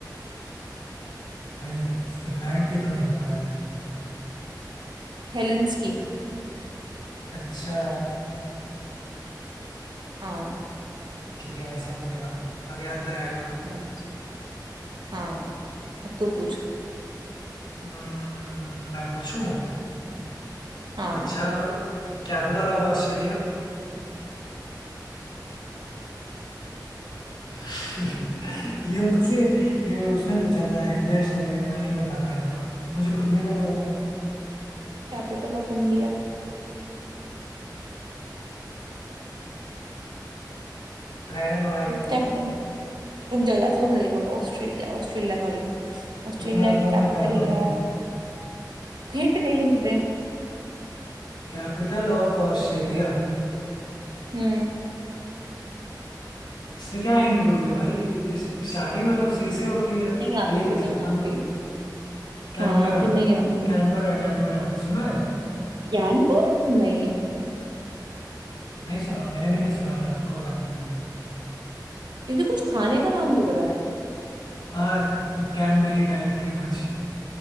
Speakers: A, on the left (about 85°); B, on the right (about 75°).
A: भाई फिनलैंड की तो नहीं पता है
B: हेलेंस की
A: अच्छा
B: हाँ
A: ठीक है भाई समझ गया अब याद रहेगा
B: हाँ हाँ अब तू पूछ
A: हम्म, मैं पूछूं
B: हाँ
A: अच्छा कैपिटल ऑफ ऑस्ट्रेलिया <laughs> ये मुझसे ये उसने पूछा था हृदयेश ने भी मैं नहीं बता पाया था मुझे खुद नहीं पता था
B: Capital of India
A: रहने दो भाई
B: कैपिटल रुक जाओ यार सोचने दे मत Australia Australia sorry Australia
A: इतना जोर
B: capital
A: मत डालो भाई
B: या हिंट दे हिंट दे
A: Capital of Australia
B: हम्म
A: इसमें क्या हिंट दोगे भाई इस स्टार्टिंग मतलब सी से होती है
B: नहीं आती
A: यही दे
B: फिर नहीं
A: सकता
B: आती
A: हूँ कैनबरा
B: हाँ पर नहीं आती
A: कैनबरा कैनबरा सुना है
B: कैनबरा नहीं
A: नहीं सुना मैंने भी नहीं सुना था कोई बात नहीं भाई
B: क्योंकि कुछ खाने का नाम लग रहा है
A: हाँ कैनबेरी टाइप के कुछ